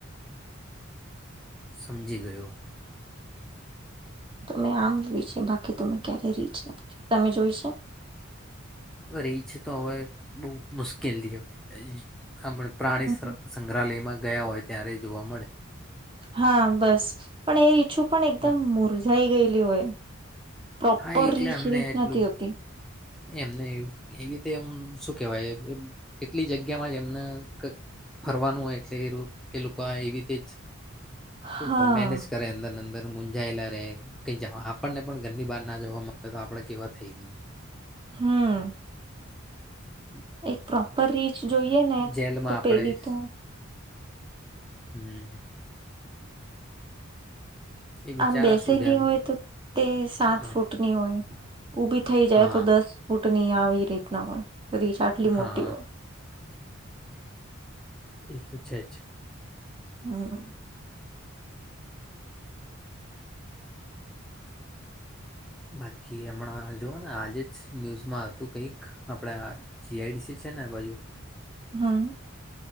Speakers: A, in the centre; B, on the right (about 25°).
A: સમજી ગયો!
B: તમે આમ જોય છે, બાકી તમે ક્યારે રીચ નથી, તમે જોય છે.
A: રહી છે, તો હવે બહુ મુશ્કેલથી હવે. આપણે પ્રાણી
B: હમ.
A: સંગ્રહાલયમાં. ગયા હોય ત્યારે જોવા મળે.
B: હા, બસ, પણ એ ઈચ્છું. પણ એકદમ
A: હમ
B: મુરજાઈ ગઈ! કરતી હોય. પ્રોપર
A: હા એટલે
B: રીચ
A: અમને
B: રીફ
A: એટલું
B: નથી હોતી.
A: એમને એવી રીતે, એમ શું કેવાય, એટલી જગ્યામાં જ એમને ફરવાનું હોય, એટલે એ એ લોકો એવી રીતે
B: હા
A: જ. તું મેનેજ કરની અંદર અંદર. મુંજાયેલા રે, કંઈ જ. આપણને પણ ઘરની બાર ના જવા મળે, તો આપડે કેવા થઈ જઈ?
B: હમ.
A: હ.
B: એક પ્રોપર રીચ જોઈએ ને,
A: જેલમાં
B: તો
A: આપણે
B: પેલી તો.
A: હમ. એ બિચારા
B: આમ બેસેલી
A: શું છે એમ
B: હોય તો તે સાત
A: હા
B: ફૂટની હોય. ઉભી થઈ જાય
A: હા
B: તો દસ ફૂટ નની આવી. પ્રીતના હોય. કરી ચાટલી
A: હા
B: મોટી હોય.
A: અચ્છા અચ્છા.
B: હમ.
A: બાકી હમણાં જોવા ને આજે જ ન્યૂઝમાં હતું કઈક આપણે જીઆઈડીસી છે ને બાજુ.
B: હા.